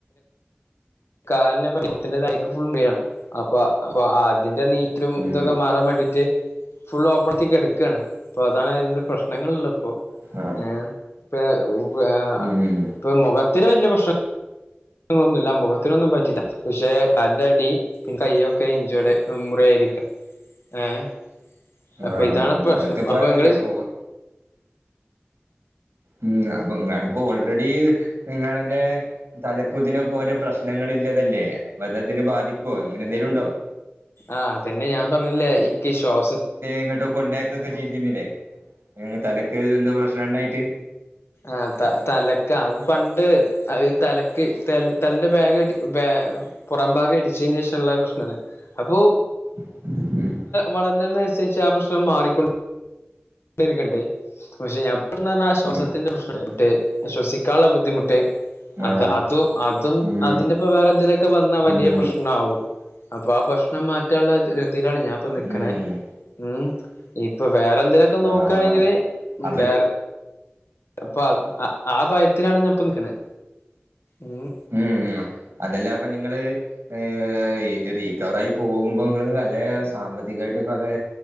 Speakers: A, on the left; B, on the right.
A: കാലിനും മുട്ടിന്റെ താഴേക്ക് ഫുൾ പെയിൻ ആണ് അപ്പൊ അപ്പൊ അതിന്റെ നീറ്റലും
B: ഉം
A: ഇതൊക്കെ മാറാൻ വേണ്ടിട്ട്. ഫുൾ ഓപ്പർറ്റി കെടുക്കാണ് അപ്പോൾ അതാണ് അതിൻ്റെ പ്രശ്നങ്ങള്ള് ഇള്ള ഇപ്പോ
B: ആഹ്
A: ഏ പ്പ പ്പാ
B: ഉം ഉം
A: പ്പൊ മൊഖത്തിന് വല്യ പ്രശ്ന ങ്ങളൊന്നുല്ല മുഖത്തിനൊന്നും പറ്റില്ല പക്ഷെ കാൽന്റടി പിന്നെ കൈയ്യൊക്കെ ഇഞ്ചോട് മുറിയായിരിക്കാ ഏഹ് അപ്പൊ
B: ആഹ്
A: ഇതാണ്
B: ഇനി
A: പ്രശ്നം
B: അനക്കിപ്പോ
A: അപ്പൊ ഇങ്ങള്
B: എ- ഓ- ഉം അപ്പൊ അൻക്ക് ഓൾറെഡീ നിങ്ങളെന്റെ തലക്കൂതിനൊക്കെ ഓരോ പ്രശ്നങ്ങളില്ലതല്ലേ അപ്പൊ അത്‌ അതിനെ ബാധിക്കോ അങ്ങനെന്തേലുണ്ടോ
A: ആഹ് പിന്നെ ഞാൻ പറഞ്ഞിലേ ഇക്ക് ശ്വാസ
B: എങ്ങട്ടോ കൊണ്ടാക്കൊക്കെ ചെയ്തീനില്ലേ തലക്ക് എന്തോ പ്രശ്നണ്ടായിട്ട്
A: ആഹ് തലക്ക പണ്ട് അത് തലക്ക് ത തലന്റെ ബാഗ്ടി ബാ പുറമ്പാകം ഇടിച്ചീന്റേഷള്ള പ്രശ്നമാണ് അപ്പോ
B: ഉം
A: വളർന്നതിനനുസരിച്ച് ആ പ്രശ്നം മാറിക്കൊണ്ട ത്തിണ്ട് പക്ഷെ ഞപ്പന്ന് പർഞ്ഞ ആ ശ്വാസത്തിന്റെ
B: ഉം
A: പ്രശ്നട്ട് ശ്വസിക്കാള്ള ബുദ്ധിമുട്ട് അത്
B: ആഹ്
A: അതും അതും
B: ഉം
A: അതിന്റെപ്പം വേറെന്തേലൊക്കെ വന്നാ വലിയ
B: ഉം
A: പ്രശ്ന നാവും അപ്പാ ആ പ്രശ്നം മാറ്റാള്ള ഒരുതീലാണ് ഞാൻപ്പൊ നിക്ക്ണേ
B: ഉം
A: ഉം ഇപ്പൊ വേറെന്തേലൊക്കെ നോക്കാണെങ്കില്
B: ആഹ് അപ്പൽ
A: വേറെ അപ്പൊ ആ ആ ഭയത്തിലാണ് ഞാപ്പ നിക്കണെ ഉം
B: ഉം ഉം അതെല്ലാപ്പൊ നിങ്ങള് ഏ ഈത് റീക്കവറായി പോകുമ്പോങ്ങള് നല്ലേ സാമ്പത്തികായിട്ട് കുറേ